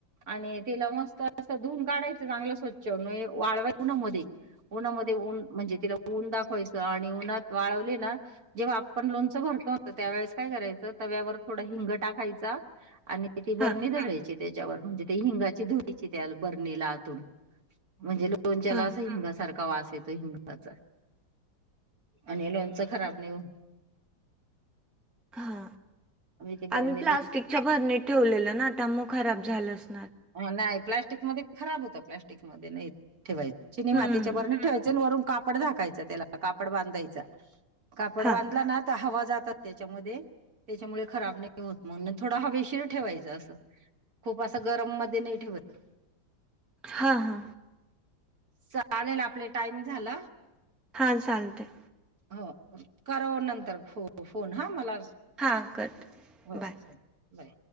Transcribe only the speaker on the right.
आणि तिला मस्त अस धुून काढायचं चांगलं स्वच्छ म्हये वाळवाय उन्हामध्ये उन्हामध्ये. ऊन म्हणजे तिला ऊन दाखवायचं आणि ऊनात वाळव. ना जेव्हा आपण लोंच भरतो त त्यावेळेस काय करायच तव्यावर थोड हिंग टाकायचा आणि ती बरनी
धरायची त्याच्यावर म्हणजे ते हिंगाची धुरी ची त्या बरणीला आतून म्हणजे लोण लोणच्याला
असा हिंगासारखा वास येतो हिंगाचा आणि लोणच. खराब नाई होत.
ते बरणीत
हो नाय प्लॅस्टिक मध्ये खराब होत प्लॅस्टिक मध्ये नाही ठेवायच. चिनी मातीच्या
बरणीत ठेवायचे आन वरून कापड झाकायचं त्याला कापड बांधायच. कापड
बांधला ना त हवा जातात त्याच्यामध्ये त्याच्यामुळे खराब नाई होत मग थोडा हवेशीर ठेवायचं असं खूप असं गरम मध्ये नाही ठेवत.
चालेल आपले टाईम झाल.
हो करा ओ नंतर फोन फोन हा मला.
हो
चालेल. बाय